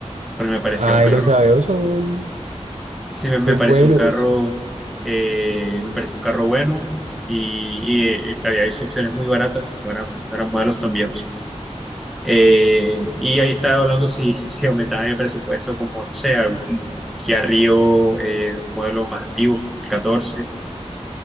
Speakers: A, in the centre; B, on the right (about 80°).
A: pero me parecía
B: Ay,
A: un carro,
B: los Aveos son,
A: sí, me,
B: son
A: me pareció
B: buenos.
A: un carro, eh, me pareció un carro bueno y, y, eh, había visto opciones muy baratas y no eran, no eran modelos tan viejos. Eh, y ahí estaba hablando si, <laughs> si aumentaban el presupuesto como, no sé, algún Kia Rio, eh, un modelo más antiguo, como el 14.